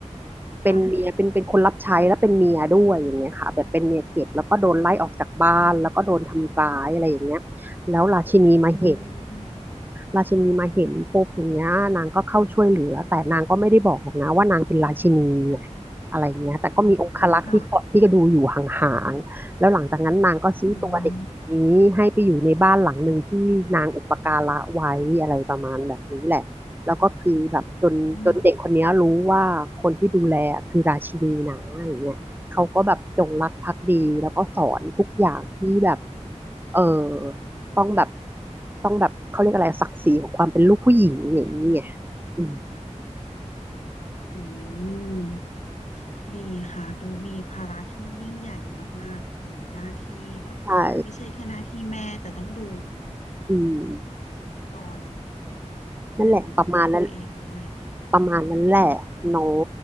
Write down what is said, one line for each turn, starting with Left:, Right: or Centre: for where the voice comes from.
Right: เป็นเมียเป็นเป็นคนรับใช้แล้วเป็นเมียด้วยอย่างเงี้ยค่ะแบบเป็นเมียเก็บแล้วก็โดนไล่ออกจากบ้านแล้วก็โดนทำร้ายอะไรอย่างเงี้ย
Left: ค่ะ
Right: แล้วราชินีมาเห็น
Left: อืม
Right: ราชินีมาเห็นปุ๊บอย่างเงี้ยนางก็เข้าช่วยเหลือแต่นางก็ไม่ได้บอกหรอกนะว่านางเป็นราชินีไงอะไรเงี้ยแต่ก็มีองครักษ์ที่เกาะที่ก็ดูอยู่ห่างๆแล้วหลังจากนั้นนางก็ซื้อตัวเด็กคนนี้ให้ไปอยู่ในบ้านหลังหนึ่งที่นางอุปการะไว้อะไรประมาณแบบนี้แหละแล้วก็คือแบบจนจนเด็กคนเนี้ยรู้ว่าคนที่ดูแลคือราชินีนะอย่างเงี้ยเขาก็แบบจงรักภักดีแล้วก็สอนทุกอย่างที่แบบ
Left: อืมค่ะอืมอื
Right: เออ ต้องแบบต้องแบบเขาเรียกอะไรศักดิ์ศรีของความเป็นลูกผู้หญิงอย่างนี้ไงอืม
Left: มดีค่ะ ดูมีภาระที่ยิ่งใหญ่มากๆ คือหน้าที่แบบไม่ใช่แค่หน้าที่แม่แต่ต้องดู
Right: ใช่อืม
Left: โอ้โหประสบนิกร
Right: นั่นแหละประมาณนั้น
Left: ประเทศตัวเองด้วย
Right: ประมาณนั้นแหละเนาะ
Left: อืม